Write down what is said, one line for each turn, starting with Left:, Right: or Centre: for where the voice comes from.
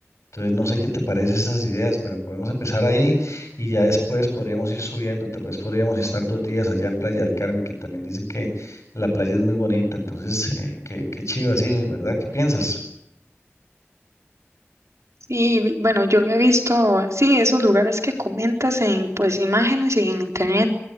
Left: Entonces, no sé qué te parecen esas ideas, pero podemos empezar ahí y ya después podríamos ir subiendo. Tal vez podríamos estar dos días allá en Playa del Carmen, que también dicen que la playa es muy bonita. Entonces, eh, qué, qué chiva, sí, ¿verdad? ¿Qué piensas?
Right: Sí, vi- bueno, yo había visto, sí, esos lugares que comentas en pues imágenes y en internet.